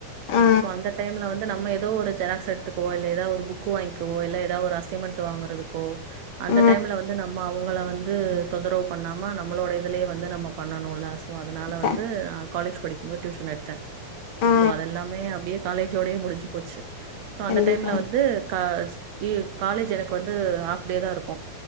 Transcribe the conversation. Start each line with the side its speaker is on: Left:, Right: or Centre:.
Left: ஆ
Right: சோ அந்த டைம்ல வந்து நம் நம்ம ஏதோ ஒரு ஜெராக்ஸ் எடுத்துக்கோ இல்ல எதா ஒரு புக் வாங்கிக்கவோ இல்ல ஏதா ஒரு அச்சிஞ்மேங்ட் வாங்கறக்கோ அந்த
Left: ஆ
Right: டைம்ல வந்து நம் அவ்ங்கள வந்து தொந்தரவு பண்ணாம நம்மளோட இதுலயே வந்து நம்ம பண்ணனும் ஆஸ் சோ அதனால
Left: க
Right: வந்து அ காலேஜ் படிக்கும் போது டியூஷன் எடுத்தேன்
Left: ஆ
Right: சோ அதெல்லாமே அப்டியே காலேஜோடயே முடிஞ்சு போச்சு சோ
Left: கண்டிப்பா
Right: அந்த டைம்ல வந்து கா காலேஜ் எனக்கு வந்து ஹாப் டே தாருக்கும்